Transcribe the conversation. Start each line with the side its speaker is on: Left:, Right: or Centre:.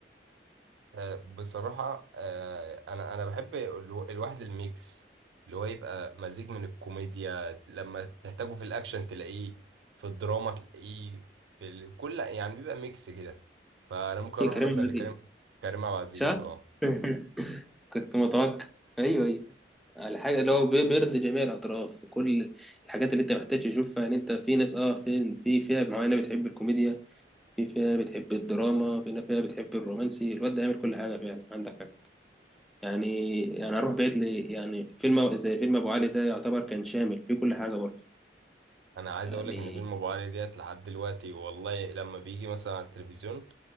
Right: آه، بصراحة آه، انا انا بحب الو- الواحد الميكس اللي هو يبقى مزيج من الكوميديا لما تحتاجه في الاكشن تلاقيه في الدراما تلاقيه في ال- كل يعني بيبقى ميكس كده فانا ممكن
Centre: مين
Right: اروح
Centre: كريم
Right: مثلا
Centre: عبد العزيز
Right: لكريم كريم عبد العزيز
Centre: صح؟
Right: اه
Centre: <laughs> كنت متوقع أيوه أيوه الحاجة اللي هو بي- بيرضي جميع الأطراف كل الحاجات اللي أنت محتاج تشوفها يعني أنت في ناس أه في في فئة معينة بتحب الكوميديا في فئة بتحب الدراما في فئة بتحب الرومانسي الواد ده يعمل كل حاجة فعلا عندك حاجة يعني يعني اروح بعيد لي يعني فيلم زي فيلم ابو علي ده يعتبر كان شامل فيه كل حاجه برضه
Right: انا عايز
Centre: يعني
Right: اقول لك ان فيلم ابو علي ديت لحد دلوقتي والله لما بيجي مثلا على التلفزيون